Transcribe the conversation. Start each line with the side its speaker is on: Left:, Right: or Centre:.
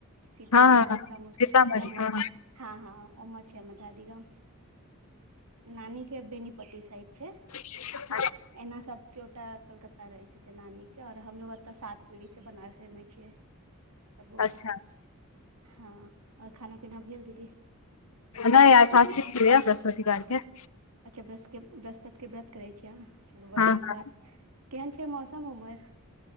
Right: सीतामढ़ी
Left: अहाँ हँ हँ
Right: भिट्टा- मोर।
Left: सीतामढ़ी
Right: उम्हर,
Left: हँ
Right: हँ -हँ उम्हर छै हम्मर दादी गाम। नानी के बेनी पट्टी साइड छैय।
Left: <unintelligible>
Right: एना सबक्योटा कलकत्- ता रहै छथिन नानी के और हमलोग ओतऽ सात पीढ़ी से बनारसे मे छियै। सबगोटा,
Left: अच्छा
Right: हँ -और खाना- पीना भेल दीदी?
Left: नै आय फास्टिंग छेलैयैऽवृहस्पतिवार के।
Right: अच्छा ब्रसके-बृहस्पत के व्रत करे छियै आं? चलू
Left: हँ
Right: बड्ड
Left: हँ
Right: नीक बात। केहन छैय मौस- सम उमहर?